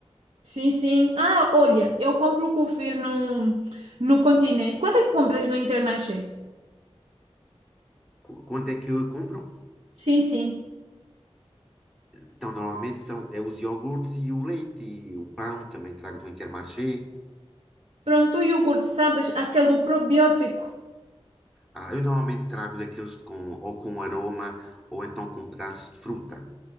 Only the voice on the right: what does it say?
Sim, sim. Ah, olha, eu compro o Cofir no, no Continente. Quanto é que compras no Intermarché?
Sim, sim.
Pronto, o iogurte, sabes? Aquele probiótico.